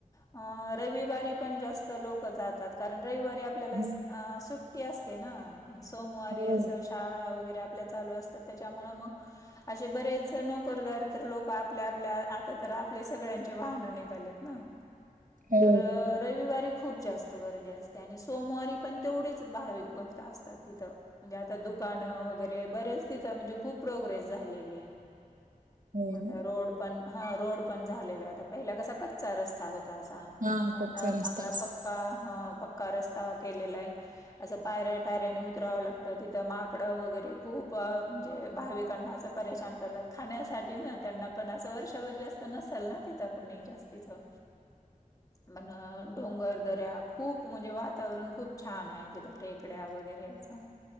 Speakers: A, on the left; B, on the right.
A: अ रविवारी पण जास्त लोक जातात कारण रविवारी आपल्याला
B: हो
A: अ सुट्टी सुट्टी असते ना सोमवारी
B: हो
A: असं शाळा वगैरे आपल्या चालू असतात त्याच्यामुळ मग असे बरेच नोकरदार तर लोक आपल्या आपल्या आता तर आपले सगळ्यांचे वाहनं निघालेत ना
B: हो
A: तर रविवारी खूप जास्त गर्दी असते, आणि सोमवारी पण तेवढीच भाविक भक्त असतात तिथं. म्हणजे आता दुकानं वगैरे बरेच तिथं म्हणजे खूप प्रोग्रेस. झालेली आहे.
B: हो
A: आता
B: ना
A: रोड पण ह रोड पण झालेला आहे पहिला कसा- चा रस्ता होता असा,
B: हा
A: तर आता
B: कच्चा रस्ता
A: चांगला
B: असेल
A: पक्का ह पक्का रस्ता केलेला आहे. असं पायऱ्या, पायऱ्यानी उतराव लागतं तिथं माकडं वगैरे खूप म्हणजे भाविकांना- असं परेशान करतात खाण्यासाठी ना त्यांना पण असं वर्षभर जास्त नसेल ना तिथं कुणी जास्तीचं-
B: ह <inaudible>
A: आता डोंगर दऱ्या खूप म्हणजे, वातावरण खूप छान आहे. टेकड्या वगैरेचा